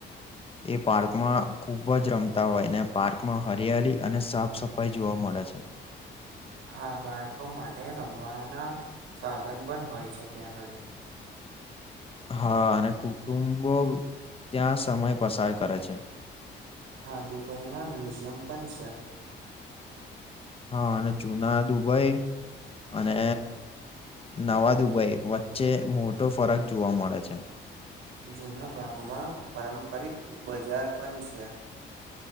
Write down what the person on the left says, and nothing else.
એ પાર્કમાં ખુબ જ રમતા હોય ને પાર્કમાં હરિયાળ અને સાફ સફાઈ જોવા મળે છે
હા અને કુટુંબો ત્યાં સમય પસાર કરે છે
હા અને જુના દુબઈ અને નવા દુબઈ વચ્ચે મોટો ફરક જોવા મળે છે